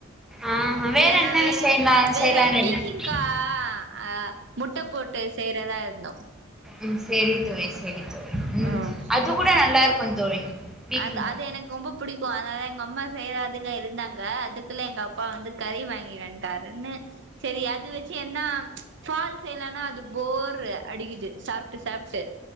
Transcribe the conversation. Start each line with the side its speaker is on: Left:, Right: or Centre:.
Centre: ஆ
Right: இல்லென்னா
Centre: என்ன
Right: வேற
Centre: செய்யலா
Right: வேர்ல
Centre: செய்யலான்னு
Right: பீக்கிங்
Centre: இருக்
Right: கா அ முட்ட போட்டு செய்றதா இர்ந்தோ
Centre: உம் செரி தோழி செரி தோழி உம்
Right: ம்
Centre: அது கூட நல்லாருக்கு தோழி பீக்கிங்கா
Right: அத் அது எனக் ஒம்ப புடிக்கூ அதாத எங்க அம்மா செய்றதுக்கு இருந்தாங்க அதுக்குள்ள எங்க அப்பா வந்து கறி வாங்கிவன்ட்டாருன்னு செரி அது வெச்சி என்னா ஃபால் செய்லன்னா அது போரு அடிக்குது சாப்ட்டு சாப்ட்டு